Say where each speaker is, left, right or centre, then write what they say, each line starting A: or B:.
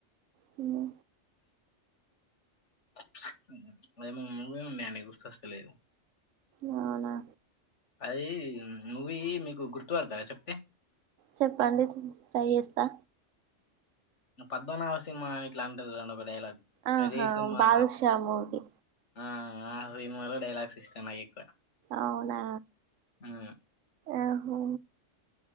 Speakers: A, on the right (about 85°); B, on the left (about 65°).
A: సినిమా.
B: ఉమ్, ఉమ్. ఏమో మూవీ ఉండే అండి, గుర్తొస్తలేదు.
A: అవునా?
B: అది మూవీ, మీకు గుర్తుపడతారా చెప్తే?
A: చెప్పండి, ట్రై చేస్తా.
B: పద్మనాభ సినింహ, అని ఇట్లాంటరు జూడండి ఒక డైలాగ్.
A: ఆహా!
B: రే సింహా
A: బాదుషా మూవి.
B: ఆ ఆ సినిమాలో, డైలాగ్స్ ఇష్టం నాక్ ఎక్కువ.
A: అవునా?
B: మ్మ్
A: ఆహో.